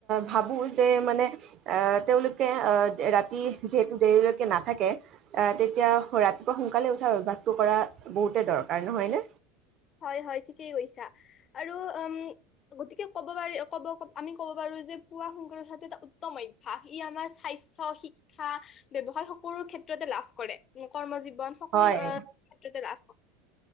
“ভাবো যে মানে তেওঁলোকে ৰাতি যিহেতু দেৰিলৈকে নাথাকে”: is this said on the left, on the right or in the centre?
Right